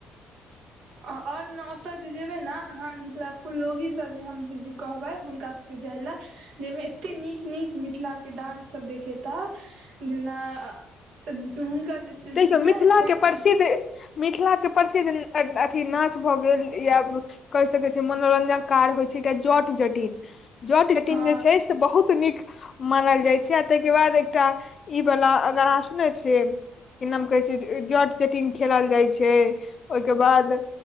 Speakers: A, on the right (about 70°); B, on the left (about 45°).
A: अओर न ओतय जे जेबै ने हाँम <unintelligible> मितलब फुल लोरही सबमे हम जे कहबेन हुनका जायले जैमे एते नीक नीक मिथिला डान्स सब देखेता जेना हुनकर जे छलखिन
B: देखियौ मिथिला
A: हेँ छठि
B: के प्रसिद्ध मिथिला के प्रसिद्ध अथी नाच भऽ गेल या कहि सकैछी मनोरंजन कार होइ छैय एकटा जट जटिन जट जटिन
A: हँ
B: जे छैय त बहुत नीक मानल जाइ छै आ ताहिके बाद एकटा ई वाला अगर अहां सुनने छियै कि नाम कहै छै जट जटिन खेलाल जाइ छै ओइके बाद